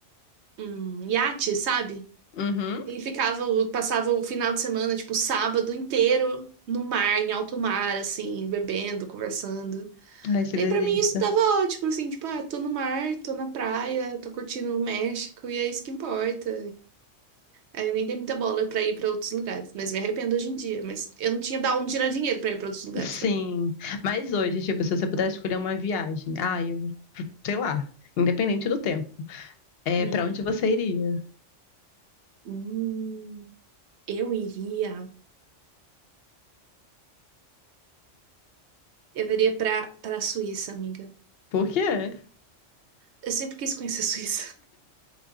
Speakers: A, on the right; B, on the left.
A: um, um iate, sabe?
B: uhum.
A: E ficava, o- passava o final de semana, tipo, o sábado inteiro no mar, em alto mar, assim, bebendo, conversando.
B: Ai, que
A: E
B: delícia.
A: pra mim isso tava ótimo, assim, tipo, ah, tô no mar, tô na praia, tô curtindo o México, e é isso que importa. Aí eu nem dei muita bola pra ir pra outros lugares, mas me arrependo hoje em dia. Mas eu não tinha da onde tirar dinheiro pra ir pra outros lugares
B: Sim.
A: também.
B: Mas hoje, tipo, se você pudesse escolher uma viagem, ah, eu sei lá, independente do tempo. É,
A: Hum,
B: pra onde você iria?
A: hum, eu iria. Eu iria pra, pra Suíça, amiga.
B: Por quê?
A: Eu sempre quis conhecer a Suíça. <laughs>